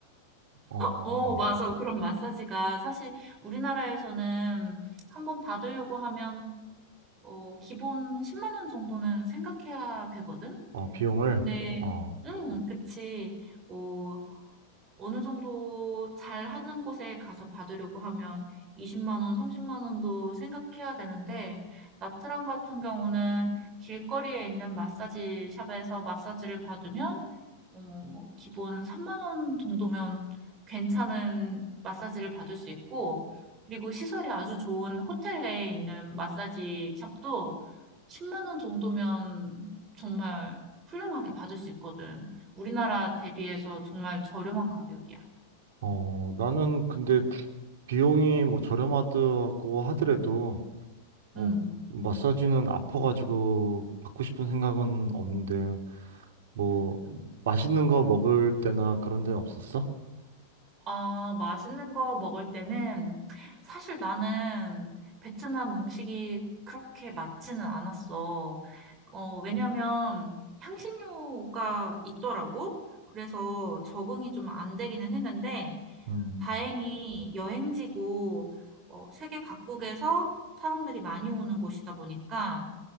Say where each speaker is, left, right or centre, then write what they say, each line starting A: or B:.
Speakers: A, on the right (about 70°); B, on the right (about 30°).
A: 어,
B: 어, 맞아. 그런 마사지가 사실 우리나라에서는 한 번 받으려고 하면 어, 기본 10만 원 정도는 생각해야 되거든.
A: 어, 비용을.
B: 근데
A: 어,
B: 음, 그치. 뭐 어느 정도 잘 하는 곳에 가서 받으려고 하면 20만 원, 30만 원도 생각해야 되는데, 나트랑 같은 경우는 길거리에 있는 마사지 샵에서 마사지를 받으면 어, 뭐 기본 3만 원 정도면 괜찮은 마사지를 받을 수 있고, 그리고 시설이 아주 좋은 호텔 내에 있는 마사지 샵도 10만 원 정도면 정말 훌륭하게 받을 수 있거든. 우리나라 대비해서 정말 저렴한 가격이야.
A: 어, 나는 근데 비용이 뭐 저렴하다고 하더라도, 어,
B: 음.
A: 마사지는 아파가지고 받고 싶은 생각은 없는데, 뭐, 맛있는 거 먹을 때나 그런 데는 없었어?
B: 어, 맛있는 거 먹을 때는 사실 나는 베트남 음식이 그렇게 맞지는 않았어. 어, 왜냐면 향신료가 있더라고. 그래서 적응이 좀 안 되기는 했는데
A: 음.
B: 다행히 여행지고 어, 세계 각국에서 사람들이 많이 오는 곳이다 보니까